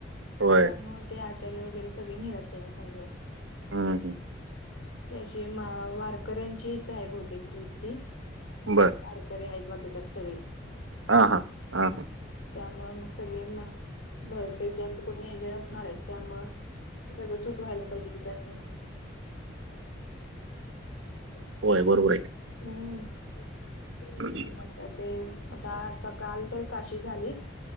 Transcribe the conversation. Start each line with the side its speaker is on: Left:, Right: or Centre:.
Right: होय.
Left: त्यामुळे ते आचार्य वगैरे सगळे नेल्यात त्यानी संघ.
Right: हम.
Left: त्याशी वारकऱ्यांचीच आहे बहुतेक ट्रीप ती.
Right: बरं.
Left: वारकरी आहेत वाटत त्यात सगळे.
Right: हा हा हा.
Left: त्यामुळे मग सगळे बहुतेक जास्त कोणी एजेड असणार आहे त्यामुळ सगळं सूट व्हायला पाहिजे कि त्या असनी. <unintelligible>
Right: होय बरोबर आहे.
Left: हम्म म.
Right: की.
Left: तर ते आता आता काल तर काशी झाली.